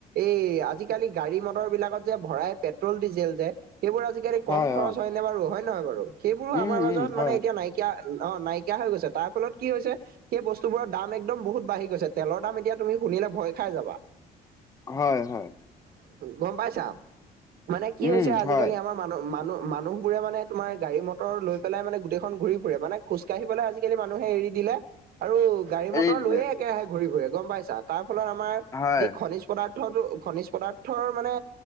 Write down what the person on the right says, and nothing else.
এই আজিকালি গাড়ী মটৰ বিলাকত যে ভৰাই পেট্ৰল ডিজেল যে সেইবোৰ আজি।
কম খৰচ
হয়নে বাৰু হয় নহয় বাৰু সেইবোৰো
আমাৰ মাজত
মানে এতিয়া
নাই। নাইকীয়া অ', নাইকিয়া হৈ গৈছে তাৰ ফলত কি হৈছে। সেই বস্তুবোৰৰ দাম একদম বহুত বাঢ়ি গৈছে। তেলৰ দাম এতিয়া শুনিলে ভয় খাই যাবা।
গম পাইছা মানে কি
হৈছে। আজিকালি
<unintelligible> মান মানুহ মানুহ বোৰে মানে তোমাৰ গাড়ী মটৰ লৈ পেলাই মানে গোটেইখন ঘূৰি ফুৰে মানে খোজকাঢ়িবলৈ আজিকালি মানুহে এৰি দিলে। আৰু গাড়ী মটৰ
লৈয়ে একেৰাহে ঘূৰি ফূৰে গম পাইছা তাৰ ফলত আমাৰ
যি খনিজ পদাৰ্থটো খনিজ পদাৰ্থৰ মানে